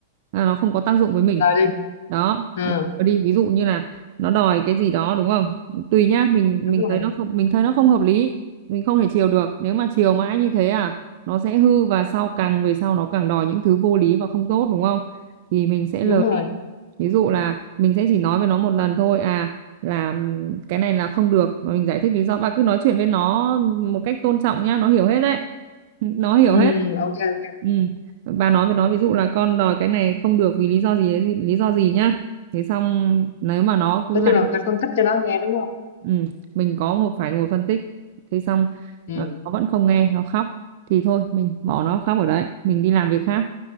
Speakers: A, on the right; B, on the left.
A: là nó không có tác dụng với mình
B: rồi đi.
A: đó
B: Ừ,
A: lờ đi ví dụ như là nó đòi cái gì đó đúng không tùy nhá mình mình
B: đúng rồi.
A: thấy nó không mình thấy nó không hợp lý mình không thể chiều được nếu mà chiều mãi như thế à nó sẽ hư và sau càng về sau nó càng đòi những thứ vô lý và không tốt đúng không thì mình sẽ
B: Đúng
A: lờ
B: rồi.
A: đi ví dụ là mình sẽ chỉ nói với nó một lần thôi à là cái này là không được và mình giải thích lý do bà cứ nói chuyện với nó một cách tôn trọng nhá nó hiểu hết đấy <laughs> nó hiểu
B: Ừ,
A: hết
B: ok ok.
A: ừ. bà nói với nó ví dụ là con đòi cái này không được vì lý do gì gì- lý do gì nhá thế xong nếu mà nó cứ
B: Nói
A: làm
B: chung là phải phân tích cho nó nghe đúng không?
A: ừ. mình có ngồi phải ngồi phân tích thế xong
B: Ừ.
A: ờ, nó vẫn không nghe nó khóc thì thôi mình bỏ nó khóc ở đấy mình đi làm việc khác